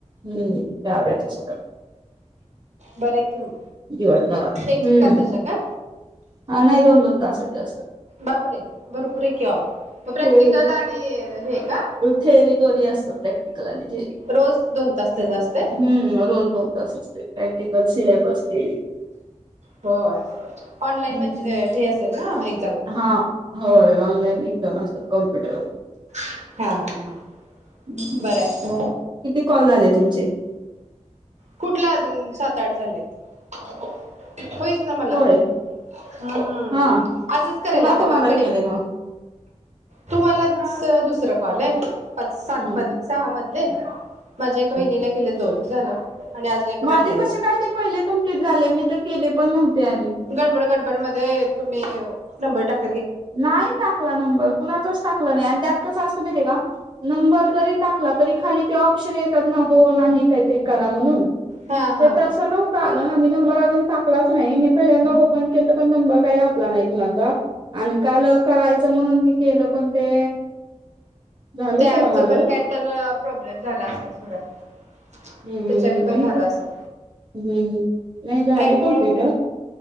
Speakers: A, on the right; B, on the right.
A: हम् चार बॅचेस होतात.
B: बरं आहे की मग.
A: <unintelligible>
B: एक
A: हम्म
B: एक तासाच्या का?
A: हा नाही दोन दोन तासाच्या असतात.
B: बापरे भरपूरे किवो मग प्रॅक्टिकल
A: हो
B: आणि हे का?
A: थेअरी दोन्ही असतं प्रॅक्टिकल आणि थेअरी
B: रोज दोन तास त्याच असतय.
A: हम्म <unintelligible> प्रॅक्टिकल सिलेबस थेरी
B: होय ऑनलाईन
A: हम्म
B: बैचस असतात. <unintelligible>
A: हा. होय ऑनलाईन एक्झाम असतात, कॉम्प्युटरवर.
B: हा, हा, हा.
A: हम्
B: बरं आहे.
A: मग किती कॉल झाले तुमचे?
B: कुठला अजून सात आठ झालेत होय म्
A: होय हा
B: असंच करायला
A: कुणा
B: आता
A: कोणाला
B: बघ क
A: केले मग
B: तुमलाच दुसरं. कले आहे <inaudible> पाच सात
A: हम्म
B: मध्ये सहा मध्ये दे. माझ्या एका वहिणीला
A: हम्म.
B: केले दोन. झालं. आणि अजून एका
A: माझे
B: मैत्रिणीला
A: कसे काय ते पहिले कंप्लीट झाले मी तर केले पण नव्हते. आणि
B: गडबड गडबड मध्ये म नंबर टाकले.
A: नाही टाकला नंबर कुणाचच टाकला नाही आणि त्यात कसं असतं माहिती का नंबर जरी टाकला तरी खाली ते ऑप्शन येतात ना हो नाही काहीतरी करा म्हणून
B: हा हा
A: ते तर असं नव्हत आलं ना मी नंबर अजून टाकलाच नाही मी पहिल्यांदा ओपन केल तर पण नंबर काही घातला नाही कुणाचा. आणि काल करायचं म्हणून मी केलं पण ते झालं
B: त्या
A: सोडा
B: ऍपच
A: माझं
B: पण काय तर प्रॉब्लेम झाला असेल. त्याच्यानी
A: हम्म
B: पण
A: नाही
B: झाला असेल.
A: हम्म. नाही झाले
B: ॲपमुळ
A: कमप्लीट